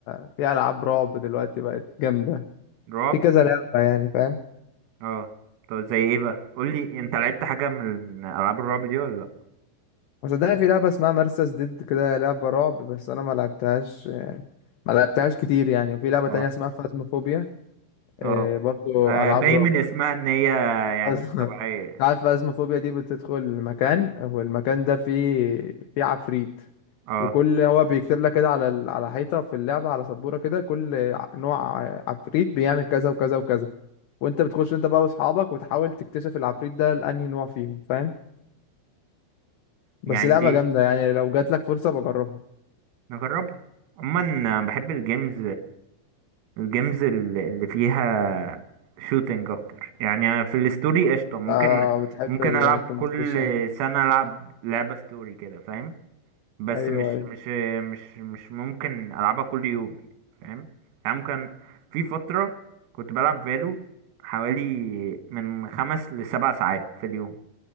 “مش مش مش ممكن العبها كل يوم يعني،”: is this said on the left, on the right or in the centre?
Right